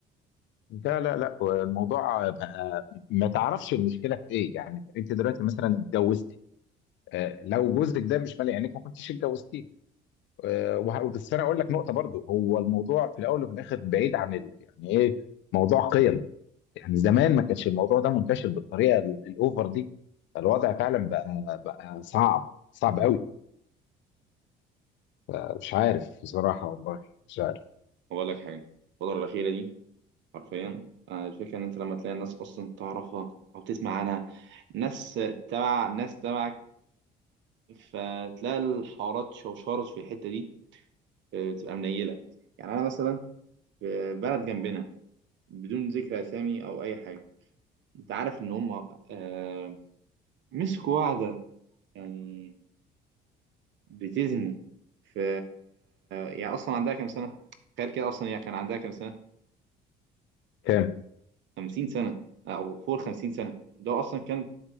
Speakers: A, on the left; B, on the right.
A: لا لا لا الموضوع بقى ما تعرفش المشكله في ايه يعني انت دلوقتي مثلا اتجوزت آه، لو جوزك ده مش مالي عينك ما كنتيش اتجوزتيه آه، وه- وبس انا اقول لك نقطه برضو هو الموضوع في الاول وفي الاخر بعيد عن ال... يعني ايه موضوع قيم يعني زمان ما كانش الموضوع ده منتشر بالطريقه ال- الاوفر دي الوضع فعلا بقى بقى صعب صعب قوي آه، مش عارف بصراحه والله مش عارف
B: بقول لك حاجه الفتره الاخيره دي حرفيا آه، الفكره ان انت لما تلاقي الناس اصلا تعرفها او تسمع عنها ناس تبع ناس تبعك فتلاقي الحوارات شوشرت في الحته دي آه، بتبقى منيله يعني انا مثلا في بلد جنبنا بدون ذكر اسامي او اي حاجه انت عارف ان هم آه، مسكوا واحده يعني بتزني في يعني اصلا عندها كام سنه تخيل كده اصلا هي كان عندها كام سنه
A: كام
B: 50 سنه او فوق 50 سنه اللي هو اصلا كانت